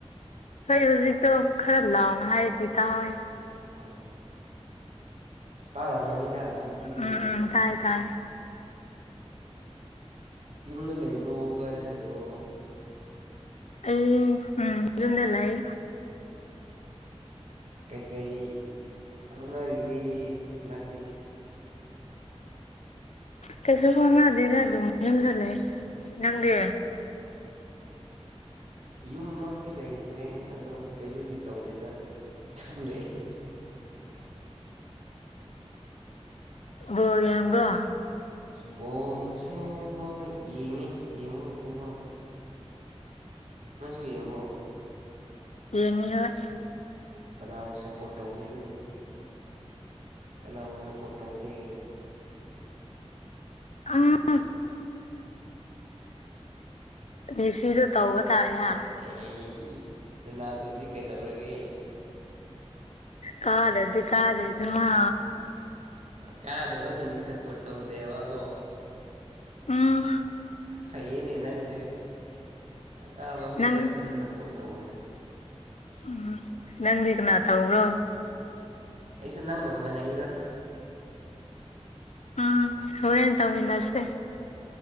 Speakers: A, on the left (about 85°); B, on the right (about 80°).
A: ꯍꯣꯏ ꯍꯧꯖꯤꯛꯇꯨ ꯈꯔ ꯂꯥꯎꯅ ꯍꯥꯏꯔꯗꯤ ꯇꯥꯏ
B: ꯎꯝ ꯇꯥꯔꯝꯃꯅꯤꯗ ꯍꯧꯖꯤꯛꯇꯤ ꯗꯨꯗꯤ
A: ꯎꯝ ꯎꯝ ꯇꯥꯏ ꯇꯥꯏ
B: ꯌꯨꯝꯗ ꯂꯩꯕ꯭ꯔꯣ ꯀꯥꯏꯗ ꯂꯩꯕ꯭ꯔꯣ
A: ꯑꯩ ꯎꯝ ꯌꯨꯝꯗ ꯂꯩ
B: ꯀꯩꯀꯩ ꯍꯣꯠꯅꯔꯤꯒꯦ ꯍꯟꯗꯛꯇꯤ
A: ꯀꯩꯁꯨꯝ ꯍꯣꯠꯅꯗꯦꯗ ꯗꯨꯝ ꯌꯨꯝꯗ ꯂꯩ ꯅꯪꯗꯤ
B: ꯎꯝ ꯌꯨꯝꯃꯛꯇꯤ ꯂꯩꯇ꯭ꯔꯦ ꯑꯗꯣ ꯀꯩꯁꯨꯗꯤ ꯇꯧꯗꯦꯗ ꯗꯨꯝ ꯂꯩ
A: ꯕꯣꯜ ꯌꯦꯡꯕ꯭ꯔꯣ
B: ꯕꯣꯜꯁꯦ ꯍꯣꯏ ꯌꯦꯡꯉꯦ ꯌꯦꯡꯕꯕꯨꯗꯤ ꯍꯣꯏ ꯅꯪꯁꯨꯨ ꯌꯦꯡꯕ꯭ꯔꯣ
A: ꯌꯦꯡꯉꯦꯔꯣꯢ
B: ꯀꯅꯥꯕꯨ ꯁꯞꯄꯔꯣꯠ ꯇꯧꯒꯦ ꯗꯨꯗꯤ ꯀꯅꯥꯕꯨ ꯁꯞꯄꯣꯔꯠ ꯇꯧꯒꯦ
A: ꯎꯝ <unintelligible> ꯃꯦꯁꯤꯗꯣ ꯇꯧꯕ ꯇꯥꯔꯦ ꯍꯥ
B: ꯑꯦ ꯔꯣꯅꯜꯗꯣꯗꯤ ꯀꯩꯗꯧꯔꯒꯦ
A: ꯀꯥꯗ꯭ꯔꯗꯤ ꯀꯥꯗꯔꯦꯗꯅ
B: ꯀꯥꯗꯕ ꯁꯤꯡꯗꯤ ꯁꯄꯣꯔꯠ ꯇꯧꯗꯦꯕꯒꯣ
A: ꯎꯝ
B: ꯐꯩꯌꯦꯅꯦ ꯅꯪꯁꯦ ꯀꯥꯕ ꯃꯤ
A: ꯅꯪ
B: ꯈꯛꯇꯗ ꯁꯞꯄꯣꯔꯠ ꯇꯧꯕꯁꯦ
A: ꯎꯝ ꯅꯪꯗꯤ ꯀꯟꯅꯥ ꯊꯧꯕꯔꯣ
B: ꯑꯩꯁꯨ ꯅꯪꯒ ꯃꯥꯟꯅꯩꯗ
A: ꯑꯥ ꯍꯣꯔꯦꯟ ꯇꯧꯃꯤꯟꯅꯁꯦ